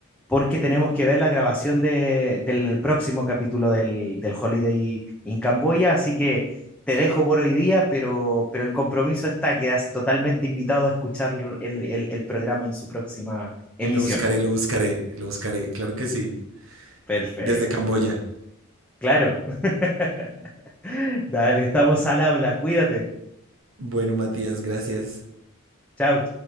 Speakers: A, in the centre; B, on the right.
A: porque tenemos que ver la grabación de- del próximo capítulo del, del Holiday in Camboya, así que te dejo por hoy día, pero, pero el compromiso está, quedas totalmente invitado a escuchar el el- el programa en su próxima emisión.
B: Lo buscaré, lo buscaré, lo buscaré, claro que sí.
A: Perfecto.
B: Desde Camboya.
A: Claro. <laughs> Dale, estamos al habla. Cuídate.
B: Bueno, Matías, gracias.
A: Chao.